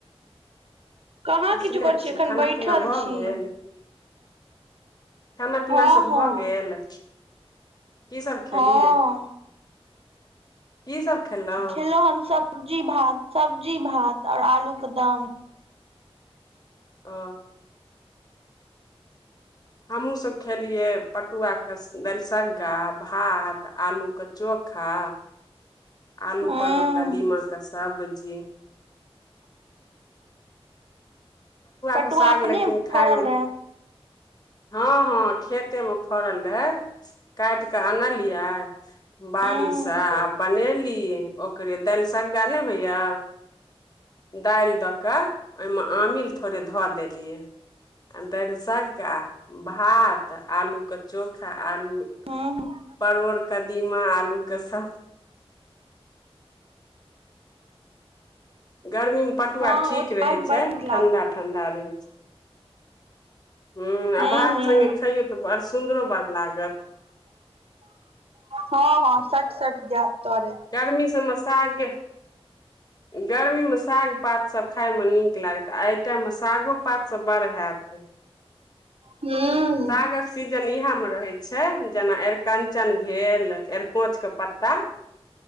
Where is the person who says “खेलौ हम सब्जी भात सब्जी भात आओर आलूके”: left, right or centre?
Right